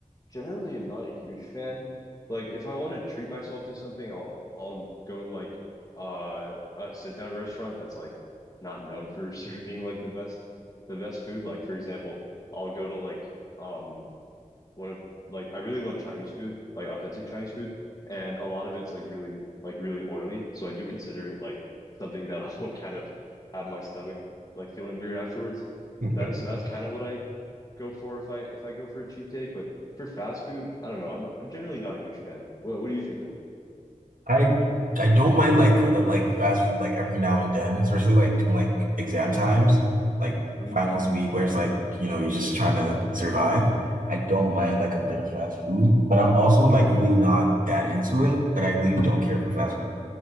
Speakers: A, on the left; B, on the right.
A: generally am not a huge fan. Like if I want to treat myself to something, I'll I'll go like uh a sit down restaurant that's like not known for <laughs> serving like the best the best food. Like for example, I'll go to like um one of like I really love Chinese food, like authentic Chinese food, and a lot of it's like really like really oily. So I do consider it like something that <laughs> I will kind of have my stomach like feeling weird afterwards.
B: <laughs>
A: That so that's kind of what I go for if I if I go for a cheat day. But for fast food, I don't know. I'm not, I'm generally not a huge fan. What what do you think of it?
B: I I don't mind like uh, like fast food like every now and then, especially like during like exam times, like
A: Mhm.
B: finals week where it's like, you know, you're just trying to survive. I don't mind like a bit of fast food, but I'm also like really not that into it. Like I really don't care for fast food